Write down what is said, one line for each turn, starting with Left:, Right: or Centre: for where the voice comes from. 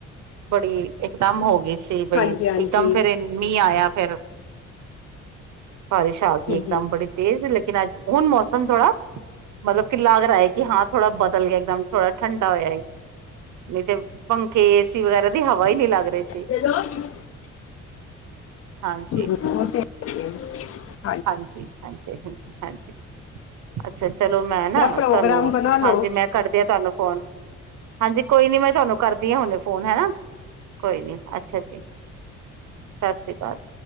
Right: ਬੜੀ ਇਕਦਮ ਹੋ ਗਈ ਸੀ ਬਈ,
Left: ਹਾਂਜੀ ਹਾਂਜੀ
Right: ਇਕਦਮ ਫੇਰ ਅਨ ਮੀਂਹ ਆਇਆ ਫੈਰ ਬਾਰਿਸ਼ ਆ ਗੀ
Left: ਹੂੰ
Right: ਇੱਕਦਮ ਬੜੀ ਤੇਜ਼, ਲੇਕਿਨ ਅੱਜ ਹੁਣ ਮੌਸਮ ਥੋੜਾ ਮਤਲਬ ਕਿ ਲੱਗ ਰਾ ਹੈ ਕਿ ਹਾਂ ਥੋੜਾ ਬਦਲ ਗਿਐ ਇੱਕਦਮ ਥੋੜਾ ਠੰਡਾ ਹੋਯੈ ਏ। ਨਈਂ ਤੇ ਪੰਖੇ, ਏਸੀ ਵਗੈਰਾ ਦੀ ਹਵਾ ਈ ਨਈਂ ਲੱਗ ਰਹੀ ਸੀ।
Left: ਹੈਲੋ <unintelligible>
Right: ਹਾਂਜੀ
Left: <inaudible> ਹੁਣ ਤੇ <unintelligible>
Right: ਹਾਂਜੀ ਹਾਂਜੀ ਹਾਂਜੀ ਹਾਂਜੀ ਅੱਛਾ ਚਲੋ ਮੈਂ
Left: ਕਿਹਾ
Right: ਨਾ
Left: ਪ੍ਰੋਗਰਾਮ
Right: ਤੁਹਾਨੂੰ
Left: ਬਣਾ
Right: ਹਾਂਜੀ
Left: ਲੋ
Right: ਮੈਂ ਕਰਦੀਆਂ ਤੁਹਾਨੂੰ ਫੋਨ ਹਾਂਜੀ ਕੋਈ ਨੀ ਮੈਂ ਤੁਹਾਨੂੰ ਕਰਦੀ ਹਾਂ ਹੁਣੇ ਫੋਨ ਹੈ ਨਾ ਕੋਈ ਨੀ ਅੱਛਾ ਜੀ ਸਤਿ ਸ਼੍ਰੀ ਅਕਾਲ